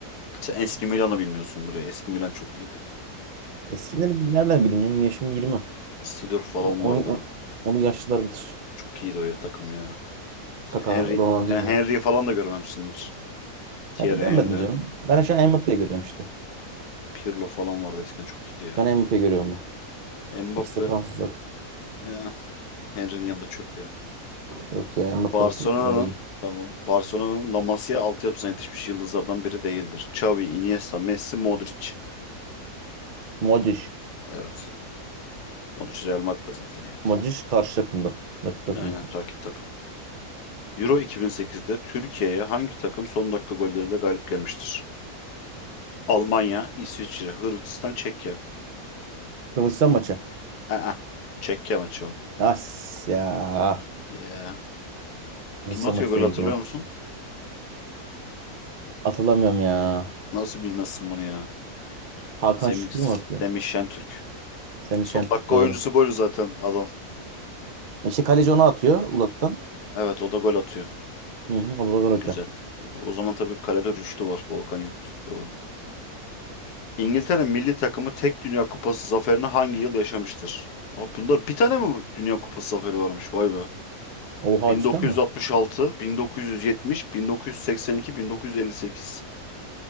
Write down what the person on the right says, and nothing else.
Eskileri bil- nereden bileyim? Benim yaşım 20
O-
Onu, onu yaşlılar bilir.
Kaka,
Ronaldinho.
Her görmedim
canım. Ben şu an Mbappe'yi görüyorum işte.
Ben Mbappe'yi görüyorum ben.
İkisi de Fransız zaten.
Yok ya Mbappe
asıl daha iyi.
Modric.
Modric karşı takımda. Rakip takımda.
Hırvatistan maçı.
As ya.
Hırvatistan
maçı
değil
doğru.
Atılamıyorum ya.
Hakan
Şükür mü atıyor?
Semih
Şentürk
doğru.
İşte kaleci onu atıyor Ulat'tan.
Hı hı, o da gol atıyor.
Oha
cidden mi?